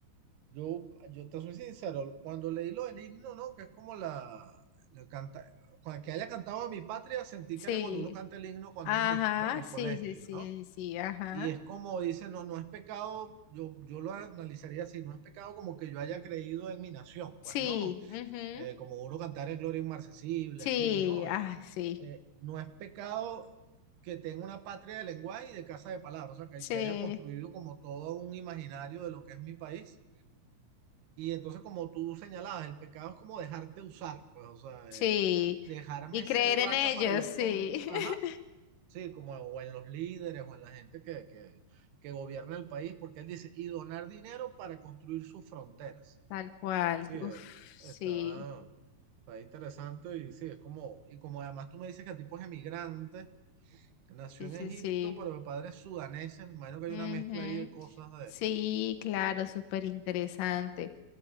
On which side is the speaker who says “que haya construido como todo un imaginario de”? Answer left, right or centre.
Right